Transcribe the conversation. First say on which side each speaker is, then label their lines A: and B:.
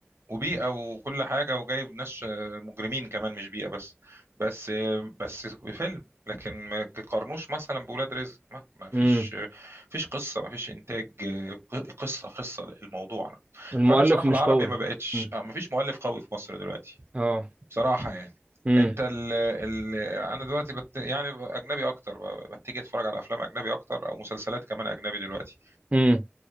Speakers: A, on the right; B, on the right.
A: وبيئه وكل حاجه وجايب ناس آه، مجرمين كمان مش بيئه بس بس آه، بس فيلم لكن ما تقارنوش مثلا بولاد رزق ما, ما فيش
B: امم
A: آه، فيش قصه ما فيش انتاج آه، ق- قصه قصه الموضوع
B: المؤلف
A: فانا بصراحه
B: مش
A: العربي
B: قوي
A: ما بقتش
B: امم
A: آه، ما فيش مؤلف قوي في مصر دلوقتي
B: اه
A: بصراحة يعني
B: امم
A: انت ال ال انا دلوقتي بت يعني اجنبي اكتر ب- بتيجي اتفرج على افلام اجنبي اكتر او مسلسلات كمان اجنبي دلوقتي
B: امم